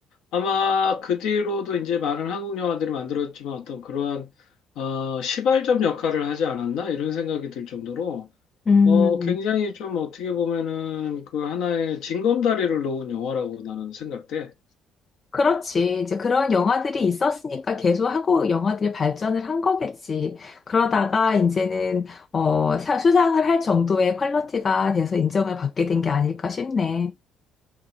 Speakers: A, on the left (about 75°); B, on the left (about 35°).
A: 아마 그 뒤로도 이제 많은 한국 영화들이 만들었지만 어떤 그러한 어, 시발점 역할을 하지 않았나 이런 생각이 들 정도로
B: 음,
A: 어, 굉장히 좀 어떻게 보면은 그 하나의 징검다리를 놓은 영화라고 나는 생각돼.
B: 그렇지. 이제 그런 영화들이 있었으니까 계속 하고 영화들이 발전을 한 거겠지. 그러다가 이제는 어, 사- 수상을 할 정도의 퀄리티가 돼서 인정을 받게 된 게 아닐까 싶네.